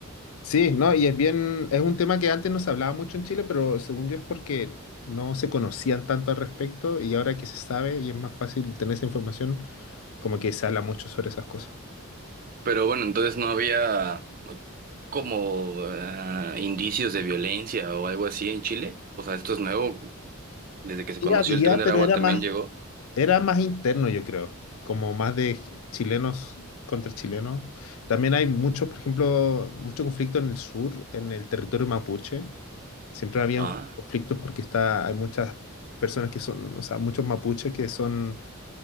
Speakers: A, on the left; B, on the right.
A: sí, ¿no? Y es bien, es un tema que antes no se hablaba mucho en Chile, pero según yo es porque no se conocían tanto al respecto y ahora que se sabe y es más fácil tener esa información, como que se habla mucho sobre esas cosas.
B: Pero bueno, entonces no había como eh, indicios de violencia o algo así en Chile. O sea, esto es nuevo, desde que se
A: Sí
B: conoció
A: había,
B: el Tren de
A: pero
B: Aragua
A: era
B: también
A: más
B: llegó.
A: Era más interno, yo creo, como más de chilenos contra chilenos. También hay mucho, por ejemplo, mucho conflicto en el sur, en el territorio mapuche. Siempre había
B: Ajá.
A: conflictos porque está, hay muchas personas que son, o sea, muchos mapuches que son